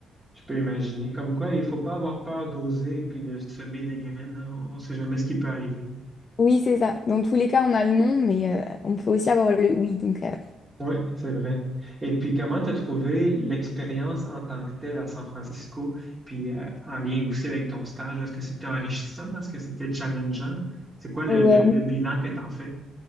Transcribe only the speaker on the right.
je peux imaginer. Comme quoi, il faut pas avoir peur d'oser et puis de semer des graines. hein. On ne sait jamais ce qui peut arriver.
Oui, c'est vrai. Et puis, comment t'as trouvé l'expérience en tant que telle à San Francisco, puis euh, en lien aussi avec ton stage? là, Est-ce que c'était enrichissant? Est-ce que c'était challengeant? C'est quoi le,
le- le bilan que t'en fais?